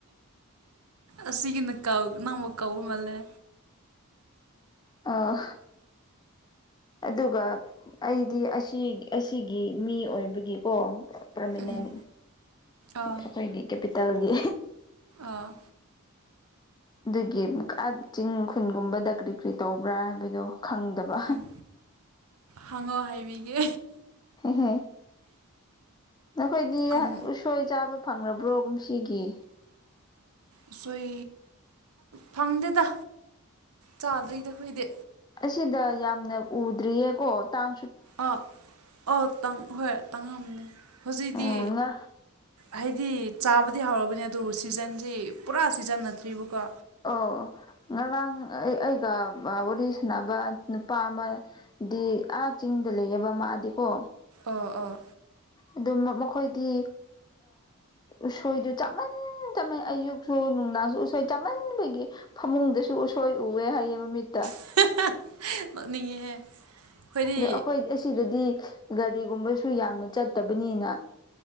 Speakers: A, on the right (about 85°); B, on the left (about 20°).
A: ꯑꯁꯤꯒꯤꯅ ꯀ ꯅꯪꯃ ꯀꯥꯎ ꯃꯥꯜꯂꯦ
B: ꯑꯥ ꯑꯗꯨꯒ ꯑꯩꯗꯤ ꯑꯁꯤꯒꯤ ꯃꯤ ꯑꯣꯏꯕꯒꯤꯀꯣ ꯄꯔꯃꯅꯦꯟ
A: ꯎꯝ ꯑꯥ
B: ꯑꯩꯈꯣꯏꯒꯤ ꯀꯦꯄꯤꯇꯦꯜꯒꯤ
A: ꯑ
B: ꯑꯗꯨꯒꯤ ꯆꯤꯡ ꯈꯨꯟꯒꯨꯝꯕꯗ ꯀꯔꯤ ꯀꯔꯤ ꯇꯧꯕ꯭ꯔꯥ ꯍꯥꯏꯕꯗꯣ ꯈꯪꯗꯕ
A: ꯎꯝ ꯍꯪꯉꯣ ꯍꯥꯏꯕꯤꯒꯦ
B: ꯍ ꯅꯈꯣꯏꯒꯤ
A: ꯈꯨꯟ
B: ꯁꯣꯏ ꯆꯥꯕ ꯐꯪꯂꯕ꯭ꯔꯣ ꯀꯨꯝꯁꯤꯒꯤ
A: ꯎꯁꯣꯏ ꯐꯪꯗꯦꯗ ꯆꯥꯗ꯭ꯔꯤꯗꯈꯣꯏꯗꯤ
B: ꯑꯁꯤꯗ ꯌꯥꯝꯅ ꯎꯗ꯭ꯔꯤꯌꯦ ꯀꯣ ꯇꯥꯡ
A: ꯑꯥ ꯑ ꯍꯣꯏ ꯇꯪꯉꯝꯅꯦ ꯍꯧꯖꯤꯛꯤ
B: ꯎꯝ ꯉꯥ
A: ꯍꯥꯏꯗꯤ ꯆꯥꯕꯗꯤ ꯍꯧꯔꯕꯅꯦ ꯑꯗꯨ ꯁꯤꯖꯟꯁꯤ ꯄꯨꯔꯥ ꯁꯤꯖꯟꯅꯠꯇ꯭ꯔꯤꯕꯀꯣ
B: ꯑꯣ ꯉꯔꯥꯡ ꯑꯩ ꯑꯩꯒ ꯋꯥꯔꯤ ꯁꯅꯕ ꯅꯨꯄꯥ ꯑꯃꯗꯤ ꯑꯥ ꯆꯤꯡꯗ ꯂꯩꯑꯕ ꯃꯥꯗꯤꯀꯣ
A: ꯑꯥ ꯑꯥ
B: ꯑꯗꯨꯝ ꯃꯈꯣꯏꯗꯤ ꯎꯁꯣꯏꯗꯨ ꯆꯃꯟ ꯑꯌꯨꯛꯁꯨ ꯅꯨꯡꯗꯥꯡꯁꯨ ꯎꯁꯣꯏ ꯆꯝꯃꯟꯕꯒꯤ ꯐꯃꯨꯡꯗꯁꯨ ꯎꯁꯣꯏ ꯎꯑꯦ ꯍꯥꯏꯌꯦ ꯃꯃꯤꯠꯇ
A: <inaudible> ꯅꯣꯛꯅꯤꯡꯉꯤꯍꯦ ꯑꯩꯈꯣꯏꯗꯤ
B: ꯑꯗ ꯑꯩꯈꯣꯏ ꯑꯁꯤꯗꯗꯤ ꯒꯥꯔꯤꯒꯨꯝꯕꯁꯨ ꯌꯥꯝꯅ ꯆꯠꯇꯕꯅꯤꯅ